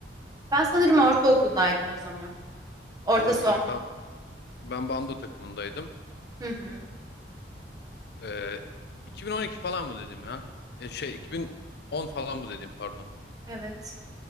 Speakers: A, on the right; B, on the left.
A: Ben sanırım
B: Hmm,
A: ortaokuldaydım o zaman. Orta
B: olabilir.
A: son.
B: Ben ben bando takımındaydım.
A: Hı hı.
B: Ee, 2012 falan mı dedim ya? E, şey 2010 falan mı dedim pardon.
A: Evet.